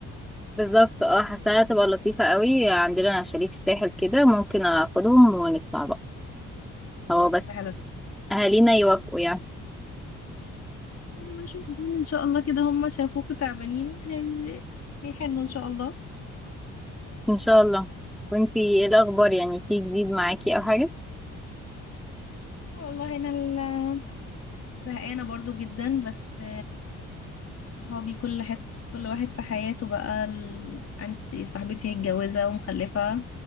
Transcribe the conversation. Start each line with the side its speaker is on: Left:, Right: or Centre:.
Centre: بالظبط اه حاساها تبقى لطيفه قوي عندنا شاليه في الساحل كده ممكن اخدهم ونطلع بقى هو بس
Left: فكرة حلوة جدا
Centre: اهالينا يوافقوا يعني
Left: يعني مشاهدين ان شاء الله كده هم شافوكوا تعبانين هي... هيحنوا ان شاء الله
Centre: ان شاء الله وانتي ايه الاخبار يعني في جديد معاكي او حاجه
Left: والله انا ال- زهقانة برضو جدا بس صحابي كل حتة كل واحد في حياته بقى ال... عندي صاحبتي متجوزة ومخلفة